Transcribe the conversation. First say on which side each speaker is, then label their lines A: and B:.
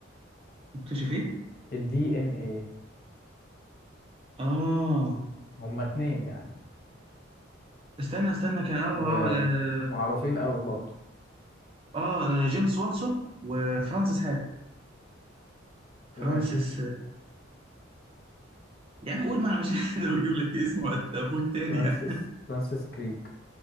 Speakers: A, on the right; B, on the left.
A: نكتشف إيه
B: الدي ان ايه
A: آه
B: هما اتنين يعني
A: استنى استنى كان اه
B: ومعروفين
A: اه اه
B: قوي برضو
A: آه، آه، جيمس واتسون وفرانسيس حاجة فرانسيس
B: ماشي
A: يا عم قول ما انا مش قادر <laughs> اجيب لك اسمه وقت ابوه التاني
B: فرانسيس
A: يعني
B: فرانسيس كريك